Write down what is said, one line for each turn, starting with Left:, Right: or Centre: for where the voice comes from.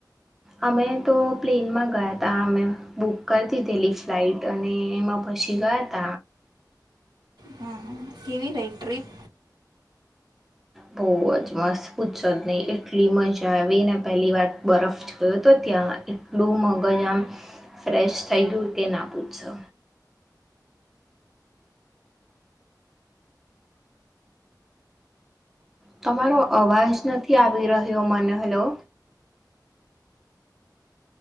Centre: અમે તો પ્લેનમાં ગયા તા અમે બુક કરતી પેલી ફ્લાઈટ અને એમાં પછી ગયા ત
Right: હમ હ કેવી રઈટ ટ્ર્રીપ
Centre: બહ જ મસ્ત પૂછશો જ નહી એટલી મજા આવી ને પહેલી વાર બરફ જોયો તો ત્યાં એટલું મગજ આમ ફ્રેશ થઈ ગયું તે ના પૂછશો તમારો અવાજ નથી આવી રહ્યો મને હલો.